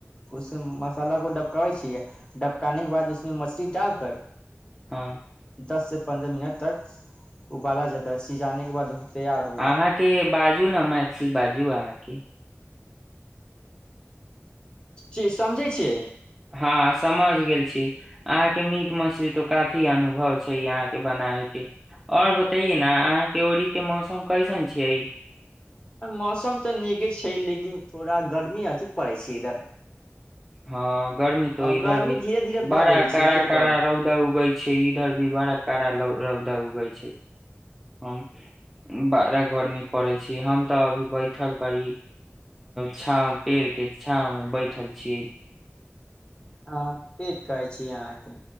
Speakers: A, on the left; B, in the centre.
A: उसमे मसाला को डबकाबै छियै डबकाने के बाद उसमे मछली डाल कर
B: हँ
A: दस से पन्द्रह मिनट तक उबाला जाता है सिझाने के बाद तैयार हो
B: अहाँके बाजू ने मैथिली बाजू अहाँके
A: जी समझै छियै
B: हँ समझ गेल छी अहाँके मीट मछली तो काफी अनुभव छै अहाँ के बनाबे के और बतैये ने अहाँ के ओड़ी के मौसम कैसन छियै
A: मौसम तऽ नीके छै लेकिन थोड़ा गर्मी अधिक पड़ै छै इधर
B: हँ गर्मी त
A: अब
B: इधर
A: गर्मी
B: भी
A: धीरे धीरे बढ़
B: बड़ा
A: रहै छै
B: का
A: दुपहर
B: का रौदा उगई छै इधर भी बड़ा का रौदा उ गइ छै हम बारह गर्मी पड़े छै हम तऽ अभी बैठल पड़ी छाँव पेड़ के छाव में बैठल छीियै
A: हँ ठीक कहै छी अहाँके